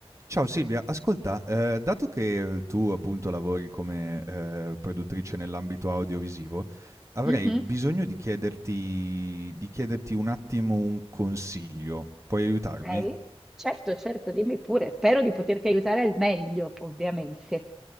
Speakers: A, on the right; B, in the centre.
A: Ciao Silvia, ascolta, eh, dato che eh, tu appunto lavori come eh, produttrice nell'ambito audiovisivo, avrei
B: Mhm.
A: bisogno di chiederti, di chiederti un attimo un consiglio. Puoi aiutarmi?
B: Ok, certo, certo, dimmi pure. Spero di poterti aiutare al meglio, ovviamente.